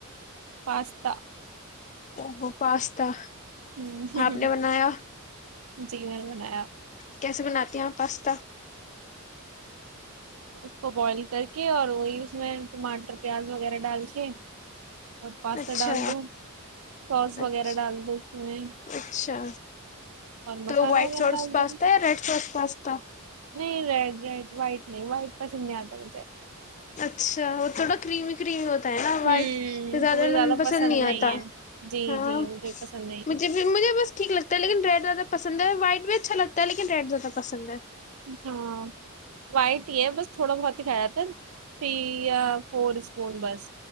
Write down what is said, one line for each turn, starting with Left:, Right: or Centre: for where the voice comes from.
Right: پاستتا
Left: اوہو پاستا
Right: ہوں ہوں ہ <unintelligible>
Left: آپ نے بنایا
Right: جی میں نے بنایا
Left: کیسے بناتی ہیں پاستا
Right: اس کو بوائل کر کے اور وہی اس میں ٹماٹر پیاز وغیرہ ڈال کے اور پاستا
Left: اچھا
Right: ڈال دو سوس وغیرہ
Left: اچھ
Right: ڈال دو اس میں
Left: اچھا
Right: اور مسالہ
Left: تو وائٹ
Right: وغیرہ
Left: سوس
Right: ڈال
Left: پاستا
Right: دو
Left: یا ریڈ سوس پاستا
Right: نہیں ریڈ ریڈ وائٹ نہیں وائٹ پسند نہیں آتا مجھے
Left: اچھا اور تھوڑا کریمی کریمی ہوتا نا وائٹ
Right: ہوں
Left: تو زیادہ
Right: مجھے
Left: پسند نہیں آتا
Right: ہے جی
Left: ہاں
Right: جی مجھے پسند نہیں
Left: مجھ
Right: ہے
Left: مجھے بس ٹھیک لگتا ہے لیکن ریڈ زیادہ پسند ہے وائٹ بھی اچھا لگتا لیکن ریڈ زدہ پسند ہے
Right: ہاں وائٹ ہی ہے بس تھوڑا بہت ہی کھایا تھا نا پیا فور اسپون بس